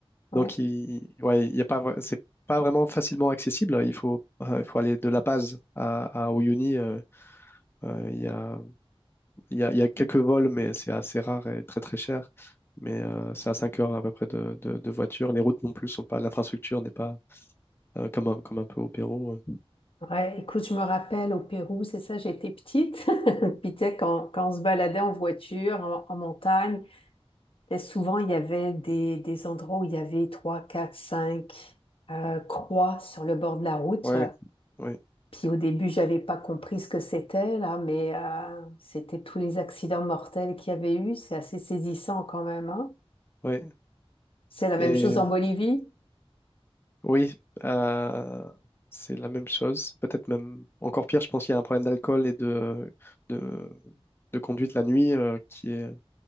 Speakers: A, on the left; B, on the left.
A: Ouais,
B: donc il, ouais, il y a pas, vra- c'est pas vraiment facilement accessible. Il faut, euh, il faut aller de La Paz à, à Uyuni. euh, Euh, Il y a, il y a, il y a quelques vols, mais c'est assez rare et très très cher. Mais euh, c'est à 5 heures à peu près de, de, de voiture. Les routes non plus sont pas, l'infrastructure n'est pas euh, comme un, comme un peu au Pérou.
A: ouais, écoute, je me rappelle au Pérou, c'est ça, j'étais petite. <laughs> Puis tu sais, quand, quand on se baladait en voiture, en, en montagne, Et souvent, il y avait des, des endroits où il y avait trois, quatre, cinq euh, croix sur le bord de la route.
B: Ouais, ouais,
A: Puis au début, j'avais pas compris ce que c'était là, mais euh, c'était tous les accidents mortels qu'il y avait eu. C'est assez saisissant quand même, hein.
B: ouais.
A: C'est la même
B: Et
A: chose en Bolivie.
B: oui, euh, c'est la même chose. Peut-être même encore pire, je pense qu'il y a un problème d'alcool et de, de, de conduite la nuit euh, qui est,